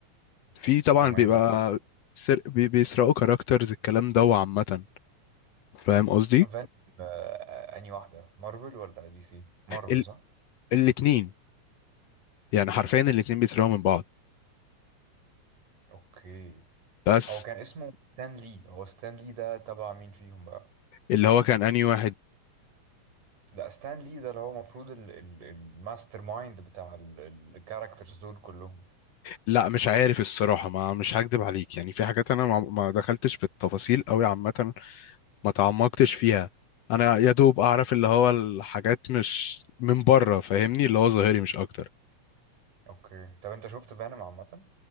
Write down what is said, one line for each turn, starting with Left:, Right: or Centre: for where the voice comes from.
Left: في طبعا
Right: تمام
Left: بيبقى
Right: و
Left: سر... بي- بيسرقوا كاركترز الكلام ده وعامة فاهم قصدي؟
Right: فان آه، انهي واحده مارفل ولا دي سي مارفل
Left: ال...
Right: صح
Left: الاتنين يعني حرفيا الاتنين بيسرقوا من بعض
Right: اوكي
Left: بس
Right: هو كان اسمه ستان لي هو ستان لي ده تبع مين فيهم بقى
Left: اللي هو كان انهي واحد
Right: لا ستان لي ده اللي هو المفروض ال- ال- الماستر مايند بتاع الكاركترز دول كلهم
Left: لا مش عارف الصراحة ما مش هكدب عليك يعني في حاجات انا ما ما دخلتش في التفاصيل قوي عامة ما تعمقتش فيها انا يا دوب اعرف اللي هو الحاجات مش من بره فاهمني اللي هو ظاهري مش اكتر
Right: اوكي طب انت شفت فانوم عامه